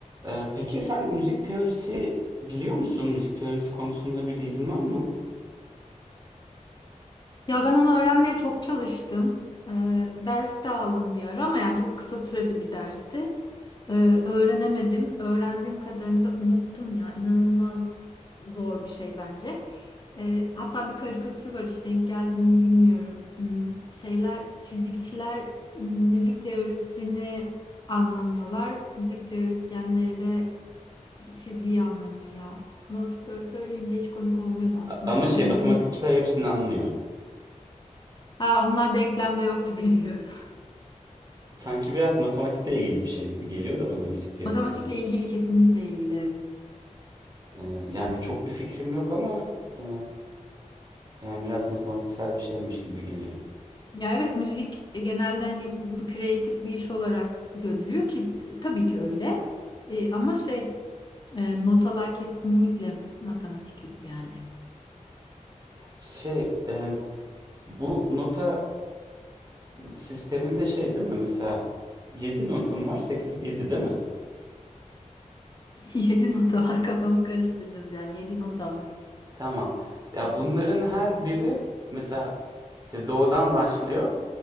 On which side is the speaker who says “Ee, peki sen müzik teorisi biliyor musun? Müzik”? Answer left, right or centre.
Right